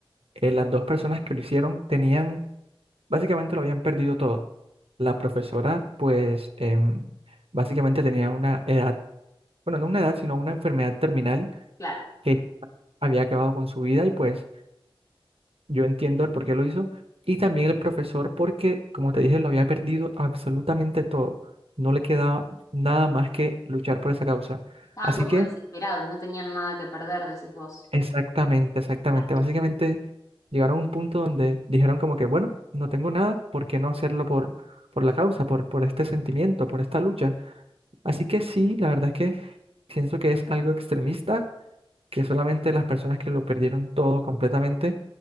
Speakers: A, on the right; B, on the left.
A: eh, las dos personas que lo hicieron tenían, básicamente lo habían perdido todo. La profesora, pues, em, básicamente tenía una edad, bueno, no una edad, sino una enfermedad terminal
B: Claro,
A: que había acabado con su vida y pues yo entiendo el por qué lo hizo. Y también el profesor porque, como te dije, lo había perdido absolutamente todo. No le quedaba nada más que luchar por esa causa.
B: estaban
A: Así
B: como
A: que...
B: desesperados, no tenían nada que perder, decís vos.
A: Exactamente, exactamente.
B: Claro.
A: Básicamente llegaron a un punto donde dijeron como que, bueno, no tengo nada, ¿por qué no hacerlo por, por la causa, por, por este sentimiento, por esta lucha? Así que sí, la verdad es que pienso que es algo extremista, que solamente las personas que lo perdieron todo completamente